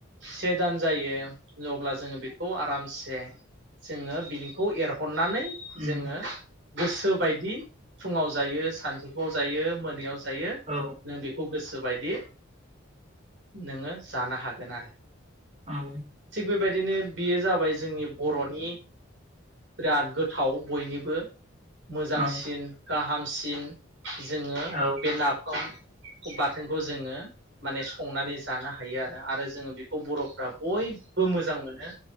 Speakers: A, on the right; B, on the right.
A: से दान जायो अब्ला जोङो बेखौ आरामसे जोङो बिनिखौ एरहननानै
B: उम
A: जोङो गोसो बायदि फुङाव जायो सानजौफुआव जायो मोनायाव जायो
B: औ
A: नों बेखौ गोसो गोसो बायदि नोङो जानो हागोन आरो
B: औ
A: थिग बेबायदिनो बियो जाबाय जोंनि बर'नि बिराद गोथाव बयनिबो मोजांसिन
B: औ
A: गाहाम सिन जोङो
B: औ
A: बे नाफाम खौ बाथोनखौ जोङो माने संनानै जानो हायो आरो आरो जोङो बेखौ बर'फ्रा बयबो मोजां मोनो